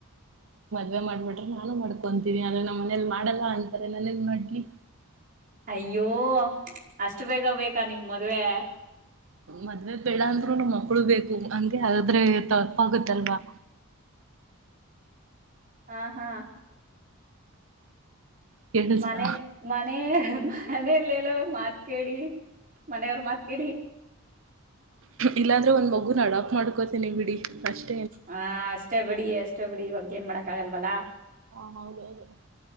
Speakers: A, on the right; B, on the right.
A: ನೇ ಮಾಡ್ಬಿಟ್ರ ನಾನು ಮಾಡ್ಕೊಂತೀನಿ ಅ್ರ ನಮ್ಮ ಮನಲಿ ಮಾಡಲ್ಲ ಅಂತಾರೆ ನನೇನ್ ನೋಲಿ
B: ಅಯ್ಯೋ ಅಷ್ಟು ಬೇಗ ಬೇಕಾ ನಿಮ್ ಮದ್ವೆ
A: ಮದ್ವೆ ಬೆಳ ಅಂದ್ರು ನಮ್ ಮಕ್ಳು ಬೇಕು ಅಂಗಗೆ ಆದ್ರೆ ತಪ್ಪಾಗುತ್ತಲ್ವಾ
B: ಹ್ಮ್ ಹಾ ಹಾ
A: ಕೇಳಿಸ್ತಾ
B: ಮನೆ ಮನೆ ಮನಲ್ಲಲ್ಲ ಮಾತ್ ಕೇಳಿ ಮನೆಯವರು ಮಾತ್ ಕಡಿ
A: ಇಲ್ಲಾಂದ್ರೆ ಒಂದು ಮಗುನ ಅಡಾಪ್ ಮಾಡ್ಕೋತನಿ ಬಿಡಿ ಅಷ್ಟೆ
B: ಹ ಅಷ್ಟೇ ಬಿಡಿ ಅಷ್ಟೇ ಬಿಡಿ ಇ ಏನ್ ಮಾಡಕ್ ಆಗಲ್ವಲ್ಲಾ
A: ಹಾ ಹೌದೌದು